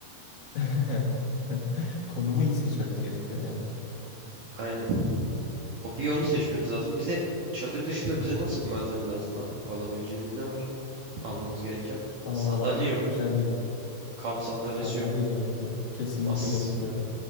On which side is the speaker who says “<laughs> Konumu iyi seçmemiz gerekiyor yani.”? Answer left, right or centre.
Left